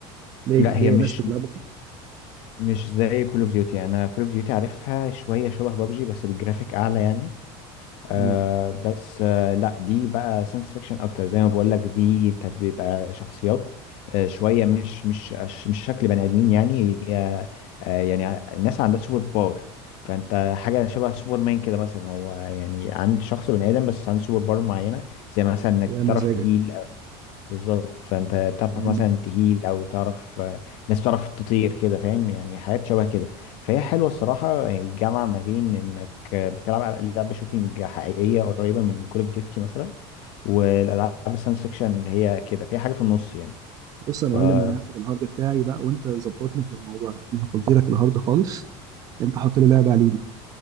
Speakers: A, on the right; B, on the left.
A: ليه
B: لا
A: ليه
B: هي مش
A: ناس بتلعبوا في
B: مش زي كول اوف ديوتي انا كول اوف ديوتي عارفها شويه شبه بابجي بس بالجرافيك اعلى يعني آه
A: مم.
B: بس آه لا دي بقى ساينس فيكشن اكتر زي ما بقول لك دي انت بيبقى شخصيات آه شويه مش مش مش شكل بني ادمين يعني هي آه يعني الناس عندها سوبر باور فانت حاجه شبه سوبر مان كده مثلا هو يعني عند شخص بني ادم بس عنده سوبر باور معينه زي مثلا انك
A: يا
B: بتعرف
A: مزاجك
B: تهيل بالظبط فانت تعرف
A: مم.
B: مثلا تهيل او تعرف آه، ناس تعرف تطير كده فاهم يعني حاجات شبه كده فهي حلوه الصراحه يعني الجامعه ما بين انك آه، بتلعب على لعبه شوتينج حقيقيه قريبه من كول اوف ديوتي مثلا والالعاب الساينس فيكشن اللي هي كده فيها حاجه في النص يعني
A: بص يا
B: فتمام
A: معلم انا هاخد الهارد بتاعي بقى وانت ظبطني في الموضوع ده انا هفضي لك الهارد خالص انت حط لي لعبه عليه